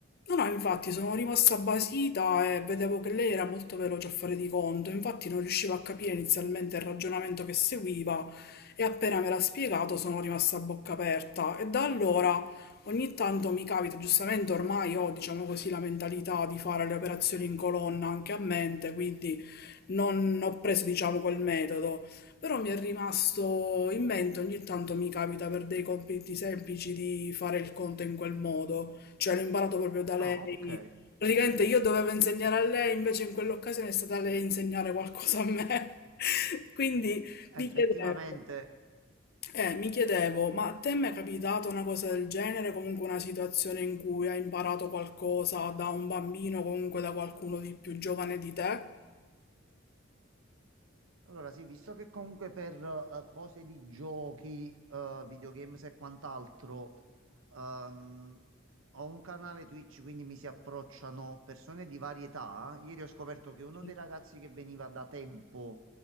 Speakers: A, on the left; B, on the right.
A: No, no, infatti sono rimasta basita e vedevo che lei era molto veloce a fare di conto, infatti non riuscivo a capire inizialmente il ragionamento che seguiva e appena me l'ha spiegato sono rimasta a bocca aperta e da allora ogni tanto mi capita, giustamente ormai ho, diciamo così, la mentalità di fare le operazioni in colonna anche a mente, quindi non ho preso, diciamo, quel metodo, però mi è rimasto in mente, ogni tanto mi capita per dei compiti semplici di fare il conto in quel modo cioè l'ho imparato proprio da lei.
B: Ah, ok.
A: Praticamente io dovevo insegnare a lei, invece in quell'occasione è stata lei a insegnare qualcosa a me. <laughs> Quindi
B: Effettivamente.
A: mi chiedevo, eh, mi chiedevo, ma a te mi è capitata una cosa del genere, comunque una situazione in cui hai imparato qualcosa da un bambino, comunque da qualcuno di più giovane di te?
B: Allora, sì, visto che comunque per eh, cose di giochi, eh, videogames e quant'altro, ehm, ho un canale Twitch, quindi mi si approcciano persone di varietà. Ieri ho scoperto che uno
A: Sì.
B: dei ragazzi che veniva da tempo